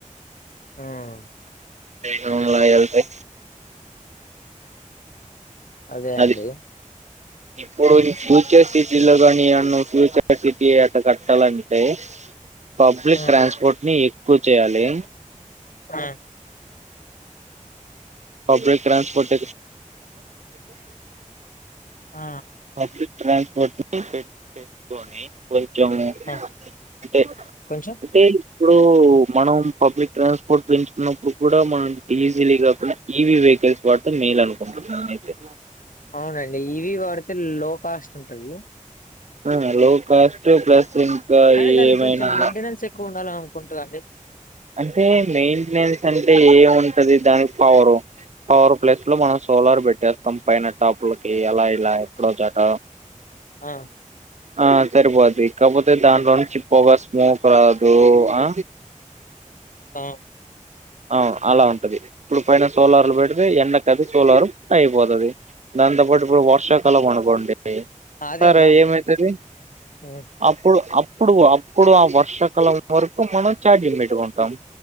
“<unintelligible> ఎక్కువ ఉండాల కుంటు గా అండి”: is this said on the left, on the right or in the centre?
Left